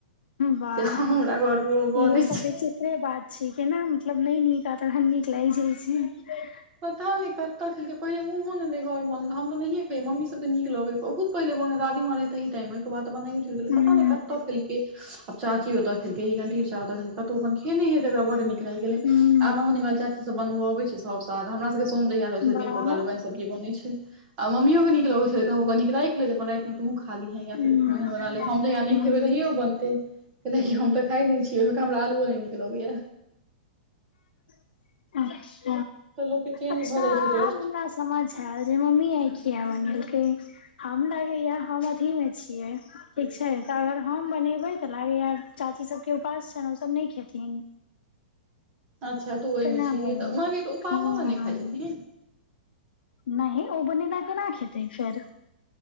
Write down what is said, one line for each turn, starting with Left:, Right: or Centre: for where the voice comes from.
Left: वाह,
Right: से हमरा घर मे ओ बनै
Left: इहो सब
Right: छै
Left: विचित्रे बात छी की ने। मतलब नहि नीक, आ तखन नीक लागि जाइ छै।
Right: पता नहि कतऽ खेलकै, पहिले मुँहो नहि रहै घर बनै हम तऽ नहिए खेैयै, मम्मी सबके नीक लगै बहुत। पहिेले बने दादीमाँ रहे ताहि टाइम में, ओहिके बाद बनायो छुइट गेलै,
Left: हूँ
Right: पता नहि कतौ खेलकै आब चाची। ओत खेलकै, गंठीर चचा ओेतऽ खेलकै कतहु अपन खेने हेते ओकरा बड्ड निक लागि गेले, आ
Left: हूँ
Right: मंगरौनी वाली चाची। सभ बनबय अबै छै सभ साल, हमरा सभके सोम जहियआ रहै छै
Left: वाह
Right: दिन कऽ ओकरा ले ओहे सब्जी बनैत छै। आ मम्मीओ के नीक लगे छै, त कनीक राइख ले अपन रातिमें तुहू। खा लीहै या
Left: हूँ
Right: फेर कखनो एहन बना ले, हम जहिया नहि
Left: हूँ
Right: खेबै तहिये ओ बनतै। कैलकि हम तऽ खाइ नहि छी ओहिमें क हमरा आलुओ नहि नीक लगैय।
Left: अच्छ।
Right: तऽ लोक के चेंज
Left: अच्छा,
Right: भऽ
Left: आब
Right: जाइ छै टेस्ट
Left: हमरा समझ आयल, जे मम्मी आय कीया बनेलके। हम लागे या हम अथी मे छीयै, ठीक छै तऽ अगर हम बनेबे तऽ लाग। चाची सबके उपास छनि ओ सब नहि खेथिन।
Right: अच्छा तू ओहि
Left: तेना
Right: में छहीन, तऽ मय गे उपासोमें
Left: हँ
Right: नहि खाइ छथिन।
Left: नहि ओ बनेला केना खेथिन फेर।